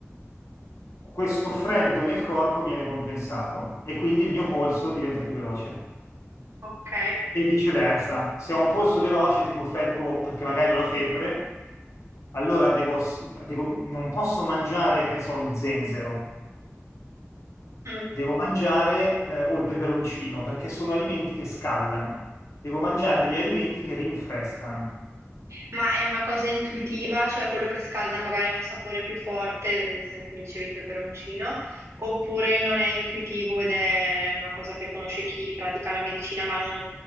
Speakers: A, on the left; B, on the right.
A: questo freddo nel corpo viene compensato e quindi il mio polso diventa più veloce.
B: ok.
A: E viceversa, se ho un polso veloce, tipo freddo, o perché magari ho la febbre, allora devo, ass- devo- non posso mangiare, che ne so, lo zenzero,
B: Mm.
A: devo mangiare, eh, o il peperoncino, perché sono alimenti che scaldano. Devo mangiare degli alimenti che rinfrescano.
B: Ma è una cosa intuitiva, cioè quello che scalda magari ha un sapore più forte, ad esempio mi dicevi il peperoncino, oppure non è intuitivo ed è una cosa che conosce chi pratica la medicina, ma non,